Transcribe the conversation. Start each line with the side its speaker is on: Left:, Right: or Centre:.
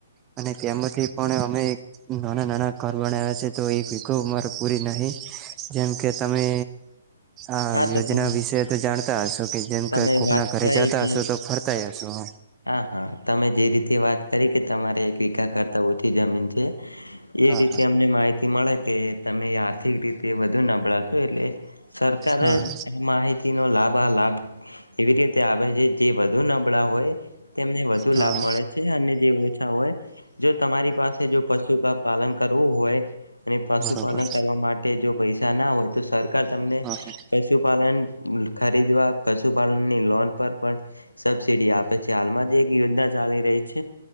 Right: અને તેમાંથી પણ અમે નાના નાના ઘર બનાવ્યા છે તો એક વગો અરે પૂરી નહીિ જેમ કે તમે આ
Left: હા તો
Right: યોજના
Left: તમે
Right: વિશે તો જાણતા હશો કે જેમ
Left: તમે
Right: કે કોકના
Left: વાત
Right: ઘરે
Left: કરી
Right: જતા
Left: કે
Right: હશો તો ફરતા જશો હ
Left: હા હા તમે જે રીતે વાત કરી કે તમારે એક વિકા કરતા ઓછી જમીન છે એ
Right: હા
Left: રીતે અમને માહિતી મળે કે તમે યાદ આિક રીતે વધુ નબળાશું એટલે સર કર
Right: હા
Left: માહિત નો લાભ આ લાભ એવી રીતે આવે છે જે વધુ નબળા હોય તેમને વધુ
Right: હા
Left: લાભ
Right: હા
Left: મળે છે અને જે ઓછા હોય જો તમારી પાસે જો પશુ પાલન કરવું હોય અને પશુપાલન
Right: બરોબર
Left: કરવા માટે જો પૈસા ના હોય તો સરકાર તમને
Right: હા હા
Left: પશુપાલન ખરીદવા પશુપાલનની લોન પર પણ સબસીિડી આપે છે હાલમાં જ એક યોજના ચાલી રહી છે